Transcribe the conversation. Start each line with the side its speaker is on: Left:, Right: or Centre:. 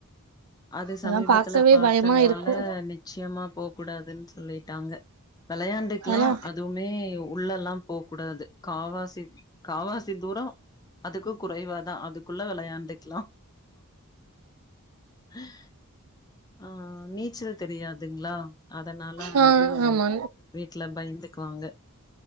Left: அது
Right: அதெல்லா
Left: சமீபத்துல
Right: பாக்கவே
Left: பாத்தனால
Right: பயமா இருக்கு
Left: நிச்சயமா போக்கூடாதுன் சொல்லிட்டாங்க வெளையாண்டுக்லா
Right: அதெல்லா
Left: அதுவுமே உ உள்ளெல்லா போக் கூடாது கால்வாசி காவாசி தூரோ அதுக்கு குறைவாதா அதுக் குள்ள வெளாயாண்டுக்லா <inaudible> ஆ நீச்சல் தெரியாதுங்ளா அதனால
Right: அதுக்குள்ள நம்ம
Left: வந்து
Right: எறந்துக்கலா ஆ ஆமா
Left: வீட்ல பயந்துக்குவாங்க